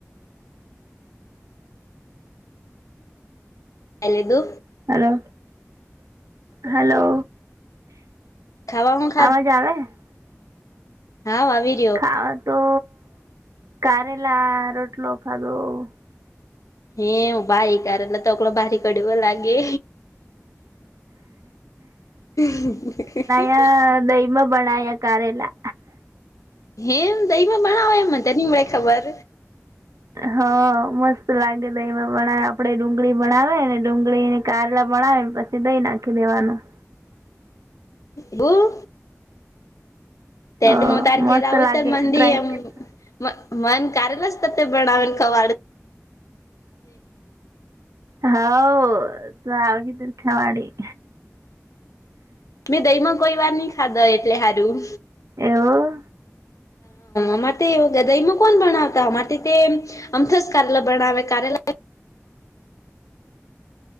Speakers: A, on the left (about 85°); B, on the right (about 80°).
A: એલદુ
B: હલો હલો
A: ખાવામાં
B: અવાજ -આવે-હે <unintelligible> <inaudible>
A: હા- આવી <unintelligible> <inaudible>
B: ખાવા તો -કારે લા -રોટલો ખા ધો <unintelligible> <inaudible>
A: હે ભાઈ કારલો તો એટ તોકલો ભારી કડવો લાગે હ-હ-હ-
B: હા-દહી માં બણયા કારેલા
A: હેમ -દહીમાં ભણાવે એ મને તે ની વડે ખબર
B: હા મસ્ત લાગે દહીં માં ભણાવે આપડે ડુંગળી ભણાવે ને ડુંગળી ને કારેલા ભણાવ પછી દહીં નાખી દેવાનું
A: બું તે
B: અ
A: ત હું તારે
B: મસ્ત
A: ઘેર આવુ હુ
B: લાગે
A: તો મંદિ
B: ટ્રાય
A: એ મ મ મન કરેલા જ ત તે બનાવેલ કવાડે
B: હા-ઓ- તો આવી <unintelligible> ખાવાડી
A: મેં દહી માં કોઈ વાર નહી ખાધા એટલે સારું
B: એવું
A: અમારે એ દહીંમાં કોણ બણાવતા અમારે તે અ મ થસ કરેલા ભણાવ કરેલા